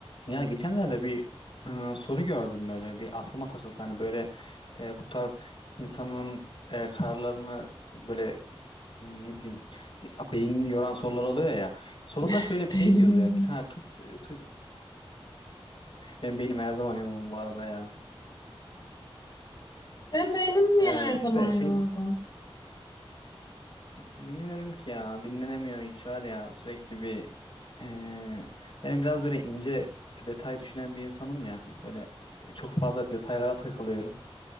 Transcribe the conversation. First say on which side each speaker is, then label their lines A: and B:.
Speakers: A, on the left; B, on the left.
A: Ya geçenlerde bir e, soru gördüm böyle bir aklıma takıldı hani böyle e, bu tarz insanın e, kararlarını böyle hmm, ne bileyim ya, beynini yoran sorular oluyor ya. Soruda
B: <laughs>
A: şöyle bir
B: Beynini
A: şey diyordu
B: yoran.
A: ya bir tane tu- tu- <laughs> benim beynim her zaman yorgun bu arada ya.
B: Sen beynin niye
A: E,
B: her
A: işte
B: zaman
A: şey
B: yorgun?
A: bilmiyorum ki ya dinlenemiyor hiç var ya sürekli bir e, benim biraz böyle ince detay düşünen bir insanım ya böyle e, çok fazla detaylara takılıyorum.